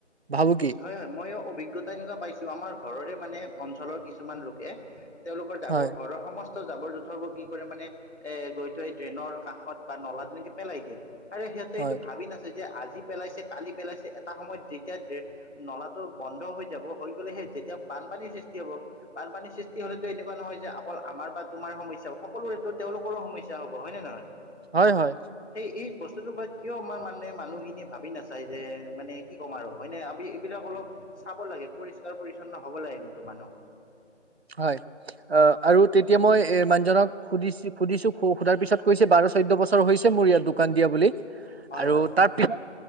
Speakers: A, on the right; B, on the left.
A: ভাবুকি
B: হয় হয় মইয়ো অভি অভিজ্ঞতা তেনেকুৱা পাইছো আমাৰ ঘৰৰে মানে অঞ্চলৰ কিছুমান লোকে তেওঁলোকৰ জাবৰ
A: হয়
B: ঘৰৰ সম সমস্ত জাবৰ জোথৰবোৰ কি কৰে মানে এ গৈ থৈ ড্ৰেইনৰ কাষত বা নলাত তেনেকে পেলাই দিয়ে। আৰে সিহঁতে
A: হয়
B: এইটো ভাবি নাচাই যে আজি পেলাইছে কালি পেলাইছে এটা সময়ত যেতিয়া দে- নলাটো বন্ধ হৈ যাব হৈ গলে সেই যেতিয়া বানপানীৰ সৃষ্টি হব। বানপানীৰ সৃষ্টি হলেতো এনেকুৱা নহয় যে বানপানী সৃষ্টি হ'লেটো এনেকুৱা নহয় যে অকল আমাৰ বা তোমাৰ সমস্যা হ'ব সকলোৰেটো তেওঁলোকৰো সমস্যা হ'ব হয়নে নহয়
A: হয় হয়
B: সেই এই বস্তুতো পৰা কিয় বা মানে মানুহখিনিয়ে ভাবি নাচায় যে মানে কি ক'ম আৰু হয়নে এইবিলাক অলপ চাব লাগে পৰিষ্কাৰ পৰিচ্ছন্ন হব লাগে কিন্তু মানুহ।
A: হয় অ আৰু তেতিয়া মই এ মানুহজনক সুধিছো সুধিছো সোধাৰ পিছত কৈছে বাৰ চৈধ্য বছৰ হৈছে মোৰ ইয়াত দোকান দিয়া বুলি।
B: হয়
A: আৰু
B: হয়
A: তাৰ পিছত